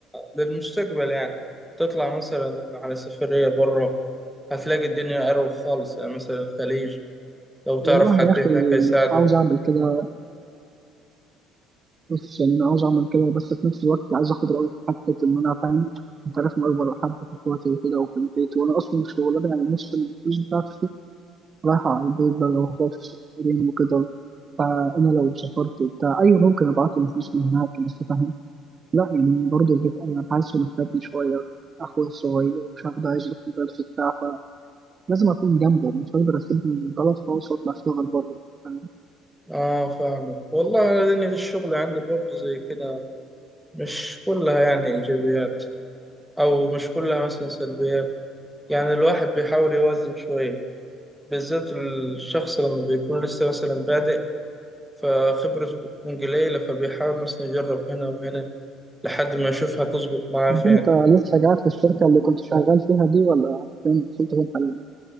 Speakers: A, in the centre; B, on the right (about 35°).
A: للمستقبل يعني تطلع مثلا على سفرية بره هتلاقي الدنيا أروق خالص يعني مثلا الخليج لو تعرف
B: والله
A: حد
B: يا اخي
A: هناك هيساعدك
B: عاوز اعمل كده بس يعني انا عاوز اعمل كده بس في نفس الوقت عايز اخد رايك حتى ان انا فاهم انت عارف انا اكبر حد في اخواتي وكده وفي البيت وانا اصلا الشغلانه يعني نص الفلوس بتاعتي رايحه على البيت بقى واخواتي الصغيرين وكده فانا لو سافرت وبتاع ايوه ممكن ابعت له فلوس من هناك بس فاهم لا يعني برضه البيت انا حاسه محتاجني شويه اخويا الصغير مش عارف ده عايز يروح مدرسه بتاع فلازم اكون جنبه مش هقدر اسيبه من البلد خالص واطلع اشتغل بره فاهم؟
A: اه فاهمك والله أنا دنيا الشغل عندي برضه زي كده مش كلها يعني إيجابيات أو مش كلها مثلا سلبيات يعني الواحد بيحاول يوازن شوية بالذات الشخص لما بيكون لسه مثلا بادئ فخبرته بتكون قليلة فبيحاول مثلا يجرب هنا وهنا لحد ما يشوف هتظبط معاه
B: طب
A: فين
B: انت لسه قاعد في الشركه اللي كنت شغال فيها دي ولا فين كنت فين حاليا؟